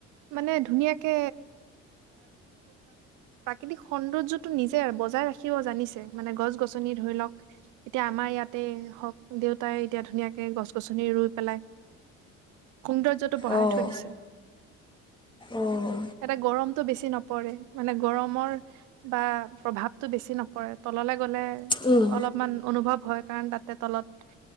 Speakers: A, on the right; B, on the left.
A: মানে ধুনীয়াকে প্ৰাকৃতিক সৌন্দৰ্যটো নিজে বজাই ৰাখিব জানিছে। মানে গছ-গছনি ধৰি লওক এতিয়া আমাৰ ইয়াতে হওক দেউতাই এতিয়া ধুনীয়াকে গছ-গছনি ৰুই পেলাই। সৌন্দৰ্যটো বঢ়াই
B: অঁ
A: থৈ দিচে।
B: অঁ
A: ইয়াতে গৰমতটো বেছি নপৰে। মানে গৰমৰ বা প্ৰভাৱটো বেছি নপৰে। তললে গলে
B: উম
A: অলপমান অনুভৱ হয় কাৰণ তাতে তলত